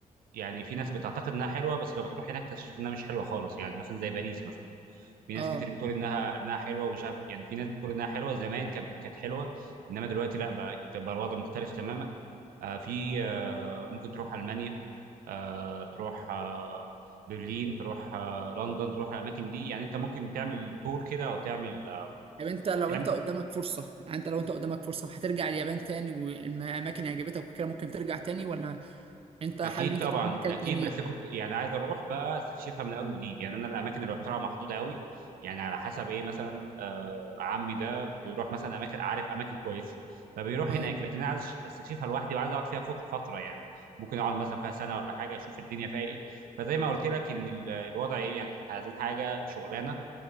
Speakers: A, on the right; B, on the right.
A: يعني في ناس بتعتقد انها حلوه بس لما تروح هناك تكتشف انها مش حلوه خالص يعني مثلا زي باريس مثلا في
B: اه
A: ناس كتير بتقول انها انها حلوه ومش عارف يعني في ناس بتقول انها حلوه زمان كانت كانت حلوه انما دلوقتي لا بقت بقى الوضع مختلف تماما آه في آه ممكن تروح المانيا آه تروح آه برلين تروح آه لندن تروح الاماكن دي يعني انت ممكن تعمل تور كده او تعمل آه،
B: طب انت لو
A: تعمل
B: انت قدامك فرصه يعني انت لو انت قدامك فرصه هترجع اليابان تاني والاماكن اللي عجبتك وكده ممكن ترجع تاني ولا انت حابب
A: اكيد
B: ان انت
A: طبعا
B: تروح مكان
A: اكيد
B: تاني
A: بس كنت يعني عايز اروح بقى استكشفها من اول وجديد يعني انا الاماكن اللي رحتها محدوده قوي يعني على حسب ايه مثلا آه عمي ده بيروح مثلا اماكن عارف اماكن كويسه فبيروح
B: اه
A: هناك لكن انا عايز استكشفها لوحدي وعايز اقعد فيها فت- فتره يعني ممكن اقعد مثلا فيها سنه ولا حاجه اشوف الدنيا فيها ايه فزي ما قلت لك ان ال- الوضع ايه يعني إحنا عايزين حاجه شغلانه